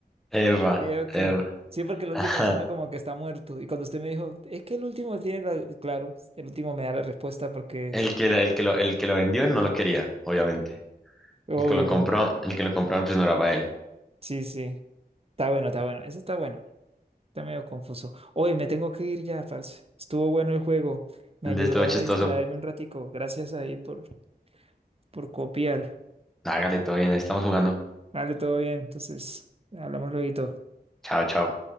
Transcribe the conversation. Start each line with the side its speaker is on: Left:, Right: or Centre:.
Centre: Eva,
Right: Digo que...
Centre: Eva.
Right: Sí,
Centre: <laughs>
Right: porque el
Centre: Ajá.
Right: último suena como que está muerto. Y cuando usted me dijo, es que el último tiene la... Claro, el último me da la respuesta porque
Centre: El que, la- el que lo, el que lo vendió no lo quería, obviamente.
Right: Obvio.
Centre: El que lo compró, el que lo compró, pues no era para él.
Right: Sí, sí. Está bueno, está bueno. Eso está bueno. Está medio confuso. Oye, me tengo que ir ya, parce. Estuvo bueno el juego. Me
Centre: De
Right: ayudó
Centre: esto chistoso.
Right: a distraerme un ratico. Gracias ahí por, por copiar.
Centre: Hágale, todo bien, ahí estamos jugando.
Right: Vale, todo bien. Entonces, hablamos luego.
Centre: Chao, chao.